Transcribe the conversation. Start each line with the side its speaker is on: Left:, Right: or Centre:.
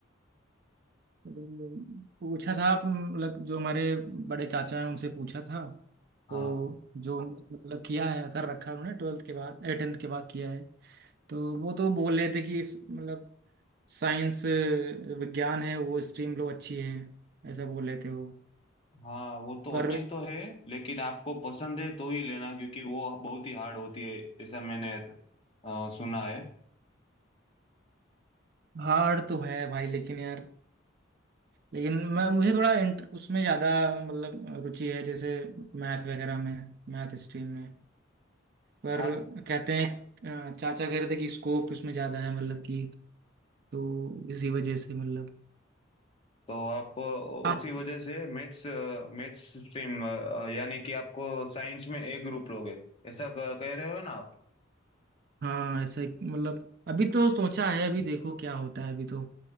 Right: पूछा था मतलब जो हमारे बड़े चाचा हैं उनसे पूछा था
Left: हाँ
Right: तो जो मतलब किया है कर रखा है उन्होंने ट्वेल्थ के बाद टेंथ के बाद किया है तो वो तो बोल रहे थे कि इस- मतलब साइंस विज्ञान है वो स्ट्रीम लो अच्छी है ऐसा बोल रहे थे वो
Left: हाँ वो तो
Right: पर
Left: अच्छी तो है लेकिन आपको पसंद है तो ही लेना क्योंकि वो बहुत ही हार्ड होती है ऐसा मैंने अ, सुना है
Right: हार्ड तो है भाई लेकिन यार लेकिन मैं मुझे थोड़ा इंट, उसमें ज़्यादा मतलब रुचि है जैसे मैथ वगैरह में मैथ स्ट्रीम में पर
Left: हाँ
Right: कहते हैं अ, चाचा कह रहे थे कि स्कोप इसमें ज़्यादा है मतलब कि तो इसी वजह से मतलब
Left: तो आप उसी
Right: आप
Left: वजह से मैथ्स मैथ्स स्ट्रीम यानी कि आपको साइंस में ए ग्रुप लोगे ऐसा क- कह रहे हो ना आप
Right: हाँ ऐसा ही- मतलब अभी तो सोचा है अभी देखो क्या होता है अभी तो अ,